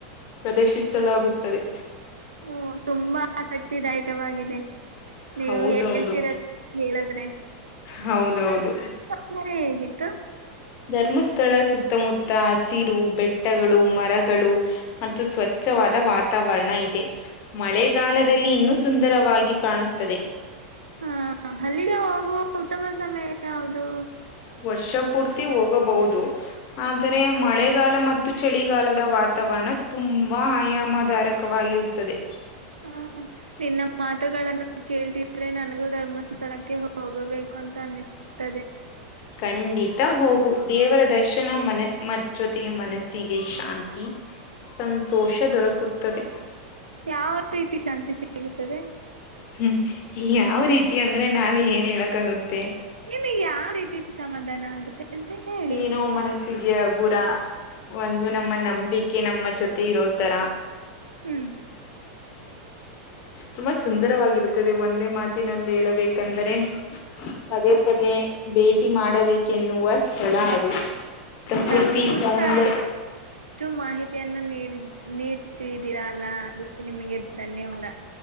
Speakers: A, on the left; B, on the right.
A: ಪ್ರದರ್ಶಿಸಲಾಗುತ್ತದೆ.
B: ಹ್ಮ ತುಂಬಾ. ಆಸಕ್ತಿದಾಯಕವಾಗಿದೆ ನೀವು
A: ಹೌದೌದು
B: ಹೇಳ್ತಿರೋದ ಕೇಳಿದ್ರೆ.
A: ಹೌದೌದು.
B: ಮರ ಹೇಗಿತ್ತು.
A: ಧರ್ಮಸ್ಥಳ ಸುತ್ತಮುತ್ತ ಹಸಿರು ಬೆಟ್ಟಗಳು ಮರಗಳು. ಮತ್ತು ಸ್ವಚ್ ಉಚ್ಚವಾದ ವಾತಾವರಣ ಇದೆ ಮಳೆಗಾಲದಲ್ಲಿ ಇನ್ನೂ ಸುಂದರವಾಗಿ ಕಾಣುತ್ತದೆ.
B: ಹಾ ಅಲ್ಲಿಗೆ ಹೋಗುವ ಉತ್ತಮ ಸಮಯ ಯಾವುದೂ.
A: ವರ್ಷ ಪೂರ್ತಿ ಹೋಗಬಹುದು ಆದ್ರೆ ಮಳೆ. ಚಳಿಗಾಲ ಮತ್ತು ಚಳಿಗಾಲದ ವಾತಾವರಣ ತುಂಬಾ ಆಯಾಮದಾರಕವಾಗಿರುತ್ತದೆ.
B: ಹಾ ನಿನ್ನ ಮಾತುಗಳನ್ನ. ಕೇಳ್ತಿದ್ರೆ ನನಗೂ ಧರ್ಮಸ್ಥಳಕ್ಕೆ ಹೋಗಬೇಕು ಅಂತ ಅನ್ನಿಸುತ್ತದೆ.
A: ಖಂಡಿತ ಹೋಗು ದೇವರ ದರ್ಶನ ಮನ ಮ ಜೊತೆಗೆ ಮನಸ್ಸಿಗೆ ಶಾಂತಿ. ಸಂತೋಷ ದೊರಕುತ್ತದೆ.
B: ಯಾವ ರೀತಿ ಶಾಂತಿ ಸಿಗುತ್ತದೆ.
A: ಹ್ಮ್ ಯಾವ ರೀತಿ ಅಂದ್ರೆ ನಾವ್ ಏನ್ ಹೇಳಕ್ಗುತ್ತೆ.
B: ನಿಮಗ್ ಯಾವ ರೀತಿ ಸಮಾಧಾನ ಆಗುತ್ತೆ. ಅಂತ ಹೇಳಿ
A: ಏನು ಮನಸ್ಸಿಗೆ ಗುರ ಒಂದು ನಮ್ಮ ನಂಬಿಕೆ. ಅಕೆ ನಮ್ಮ ಜೊತೆ ಇರೋತರ.
B: ಹ್ಮ್.
A: ತುಂಬಾ ಸುಂದರವಾಗಿರುತ್ತದೆ ಒಂದೇ ಮಾತಿನಲ್ಲಿ ಹೇಳಬೇಕಂದರೆ. ಪದೇ ಪದೇ ಭೇಟಿ ಮಾಡಬೇಕೆನ್ನುವ ಸ್ಥಳ ಅದು. ಪ್ರಕೃತಿ
B: ಧರ್ಮಸ್ಥಳ
A: ಸೌಂದರ್ಯ
B: ಇಷ್ಟು ಮಾಹಿತಿಯನ್ನು ನೀಡ ನೀಡ್ತಿದ್ದೀರ ಅಲ್ಲ ಅದಕ್ಕೆ ನಿಮಗೆ ಧನ್ಯವಾದ.